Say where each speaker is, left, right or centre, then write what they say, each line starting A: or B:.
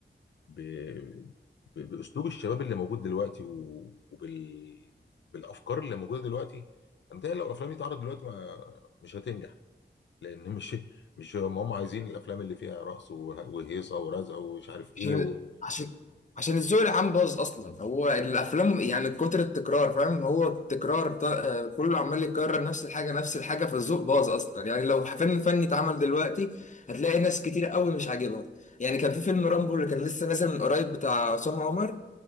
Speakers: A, on the left; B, on the left.
A: ب... ب... باسلوب الشباب اللي موجود دلوقتي و... وبال بالافكار اللي موجوده دلوقتي انت لو الافلام دي اتعرضت دلوقتي ما مش هتنجح لان مش مش هم هم عايزين الافلام اللي فيها رقص وه- وهيصه ورزع ومش عارف ايه
B: عشان
A: و...
B: عشان عشان الذوق العام باظ اصلا هو الافلام يعني كتر التكرار فاهم هو التكرار ط- آه، كله عمال يكرر نفس الحاجه نفس الحاجه فالذوق باظ اصلا يعني لو فيلم فني اتعمل دلوقتي هتلاقي ناس كتير قوي مش عاجبها يعني كان في فيلم رامبو اللي كان لسه نازل من قريب بتاع عصام عمر